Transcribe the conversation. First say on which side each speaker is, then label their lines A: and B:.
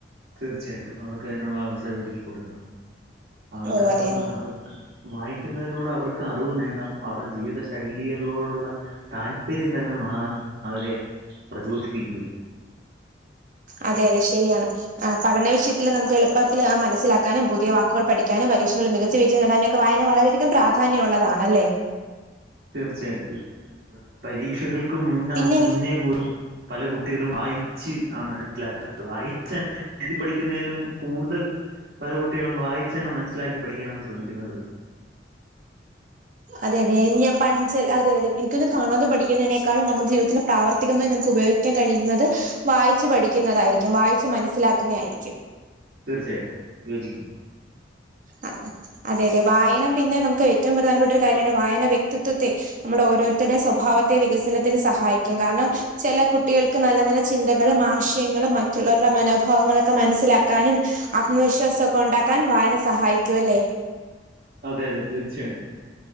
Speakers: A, on the right; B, on the right.
A: തീർച്ചയായിട്ടും അവർക്കയിനുള്ള അവസരം ഒരുക്കി കൊടുക്കണം അവർക്കതികൊണ്ട്
B: ഓ അതെയോ
A: അവർ വായിക്കുന്നതിലൂടെ അവർക്ക് അറിവ് നേടാം അവരുടെ ജീവിത ശൈലിളോടുള്ള താല്പര്യം തന്നെ മാറാൻ അവരെ പ്രചോദിപ്പിക്കും
B: അതെ അതെ ശരിയാണ് ആ പഠന വിഷയത്തില് നമുക്ക് എളുപ്പത്തിൽ ആ മനസ്സിലാക്കാനും പുതിയ വാക്കുകൾ പഠിക്കാനും പരീക്ഷണിൽ മിക ച്ചാ വിജയം നേടാനൊക്കെ വായന വളരെയധികം പ്രാധാന്യഒള്ളതാണല്ലേ
A: തീർച്ചയാട്ടും പരീക്ഷകൾക്ക് മുന്ന
B: പിന്നെ
A: മുന്നേ
B: എനിക്ക്
A: പോലും പല കുട്ടികളും വായിച്ച് ആണ് മനസ്സിലാക്കാത് വായിച്ചന്നെ എഴുതി പഠിക്കുന്നെലും കൂടുതൽ പല കുട്ടികളും വായിച്ചു തന്നെ മനസ്സിലാക്കി പഠിക്കാനാണ് ശ്രമിക്കുന്നത്.
B: അതെ അതെ ഞാൻ പഞ്ചൽ അതെ അതെ എനിക്കൊന്ന് കാണാതെ പഠിക്കുന്നതിനേക്കാളും നമ്മുടെ ജീവിതത്തിൽ പ്രാവർത്തികമായി നമുക്ക് ഉപയോഗിക്കാൻ കഴിയുന്നത് വായിച്ചു പഠിക്കുന്നതായിരിക്കും വായിച്ച് മനസ്സിലാക്കുന്ന ആയിരിക്കും.
A: തീർച്ചയാട്ടും യോജിക്കുന്നു.
B: ആ അതെ അതെ വായന പിന്നെ നമുക്ക് ഏറ്റവും പ്രധാനപ്പെട്ട ഒരു കാര്യാണ് വായന വ്യക്തിത്വത്തെ നമ്മുടെ ഓരോരുത്തടെ സ്വഭാവത്തെ വികസനത്തിന് സഹായിക്കും കാരണം ചില കുട്ടികൾക്ക് നല്ല നല്ല ചിന്തകളും, ആശയങ്ങളും, മറ്റുള്ളവരുടെ മനോഭാവങ്ങളൊക്കെ മനസ്സിലാക്കാനും. ആത്മവിശ്വാസക്കെ ഉണ്ടാക്കാൻ വായന സഹായിക്കുവല്ലേ?
A: അതെ അതെ തീർച്ചയാട്ടും